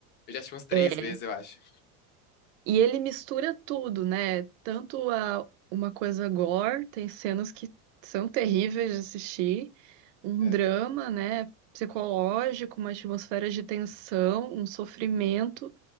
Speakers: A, on the left (about 25°); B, on the right (about 60°).
A: Eu já assisti umas três
B: É.
A: vezes, eu acho.
B: E ele mistura tudo, né? Tanto a, uma coisa gore, tem cenas que são terríveis de assistir, um
A: É.
B: drama, né? Psicológico, uma atmosfera de tensão, um sofrimento.